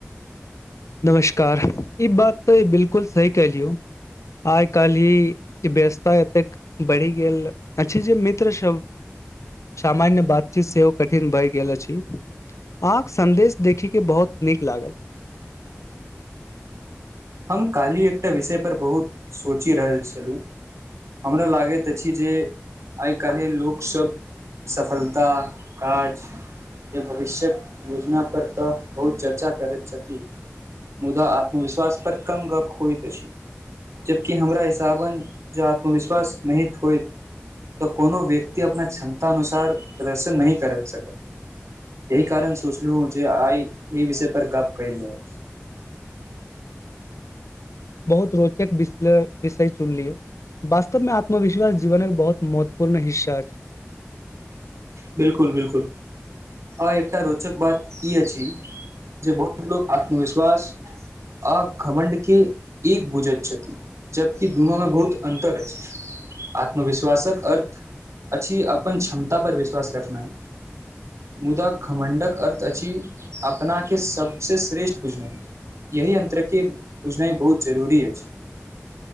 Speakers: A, on the left (about 85°); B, on the right (about 80°).
A: नमस्कार ई बात तऽ बिलकुल सही कलियौ आइ काल्हि ई व्यसता एतेक बढ़ि गेल अछि जे मित्रसभ सामान्य बातचीत सेहो कठिन भए गेल अछि अहाँके सन्देश देखिके बहुत नीक लागल
B: हम काल्हि एकटा विषय पर बहुत सोचि रहल छलहुँ हमरा लागैत अछि जे आइ काल्हि लोकसभ सफलता काज या भविष्यक योजना पर तऽ बहुत चर्चा करैत छथि मुदा आत्मविश्वास पर कम गप होइत अछि जबकी हमरा हिसाबन जं आत्मविश्वास निहित होइत तऽ कोनो व्यक्ति अपना क्षमता अनुसार प्रदर्शन नहि कर सकत एहि कारण सोचलहुं जे आइ एहि विषय पर गप कयल जाय
A: बहुत रोचक विष विषय चुनलियौ वास्तवमे आत्मविश्वास जीवनक बहुत महत्वपूर्ण हिस्सा अछि
B: बिलकुल बिलकुल आ एकटा रोचक बात ई अछि जे बहुत लोक आत्मविश्वास आ घमण्डके एक बुझैत छथि जबकि दुनू मे बहुत अन्तर अछि आत्मविश्वासक अर्थ अछि अपन क्षमता पर विश दस घटनाय मुदा घमण्डक अर्थ अछि अपनाके सबसँ श्रेष्ठ बुझनाय यही अन्तरके बुझनाय बहुत जरूरी अछि